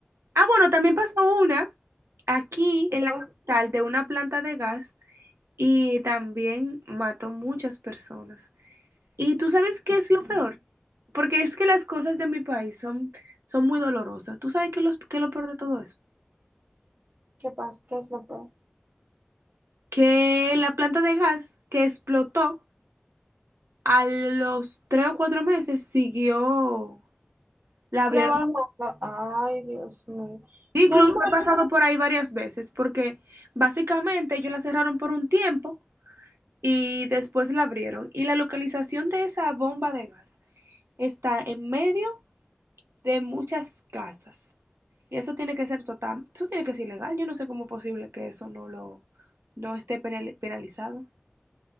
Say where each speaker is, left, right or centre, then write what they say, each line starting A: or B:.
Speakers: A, on the right; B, on the right.
A: Ah, bueno, también pasó una aquí
B: Que
A: en la
B: todo-
A: capital de una planta de gas y también mató muchas personas. Y tú sabes qué
B: Ujú.
A: es lo peor, porque es que las cosas de mi país son, son muy dolorosas. ¿Tú sabes qué, los, qué es lo peor de todo eso?
B: ¿Qué pasa? ¿Qué es lo peor?
A: Que la planta de gas que explotó a los tres o cuatro meses siguió, la abrieron.
B: Trabajando. Ay, Dios mío.
A: Incluso
B: Normal.
A: he pasado por ahí varias veces, porque básicamente ellos la cerraron por un tiempo. y después la abrieron. Y la localización de esa bomba de gas está en medio de muchas casas. Y eso tiene que ser total, eso tiene que ser ilegal. Yo no sé cómo es posible que eso no lo, no esté penali- penalizado.